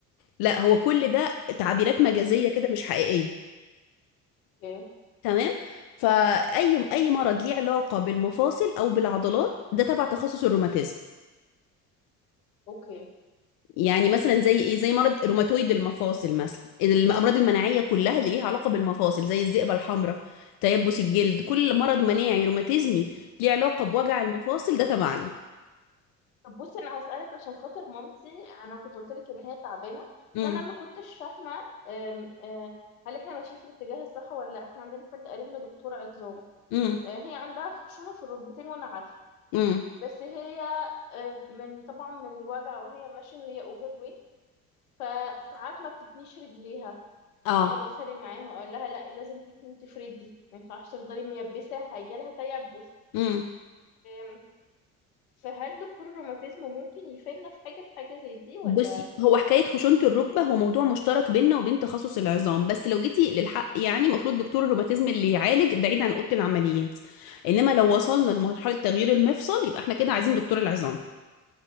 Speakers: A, on the left; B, on the left.
A: لا هو كل ده تعبيرات مجازيه كده مش حقيقيه
B: اوكي
A: تمام فاي اي مرض ليه علاقه بالمفاصل او بالعضلات ده تبع تخصص الروماتيزم
B: اوكي
A: يعني مثلا زي ايه زي مرض روماتويد المفاصل مثلا الامراض المناعيه
B: مم.
A: كلها اللي ليها علاقه بالمفاصل زي الذئبه الحمراء تيبس الجلد كل مرض مناعي روماتيزمي ليه علاقه بوجع المفاصل ده تبعنا
B: طب بصي انا هسألك عشان خاطر مامتي انا كنت قلت لك ان هي تعبانه
A: امم
B: فانا ما كنتش فاهمه أم، أه، هل احنا ماشيين في الاتجاه الصح ولا لا احنا عندنا حد قريبنا دكتور عظام
A: امم
B: أه، هي عندها خشونه في الركبتين وانا عارفه
A: امم
B: بس هي أم، من طبعا من الوجع وهي ماشيه وهي اوفر ويت فساعات ما بتتنيش رجليها
A: اه
B: اقعد اتخانق معاها واقول لها لا لازم تتني وتفردي ما ينفعش تفضلي ميبسه هيجيلها تيبس
A: امم
B: أم، فهل دكتور الروماتيزم ممكن يفيدنا في حاجه في حاجه زي دي ولا
A: بصي هو حكاية خشونة الركبة هو موضوع مشترك بيننا وبين تخصص العظام بس لو جيتي للحق يعني المفروض دكتور الروماتيزم اللي يعالج بعيد عن أوضة العمليات إنما لو وصلنا لمرحلة تغيير المفصل يبقى احنا كده عايزين دكتور العظام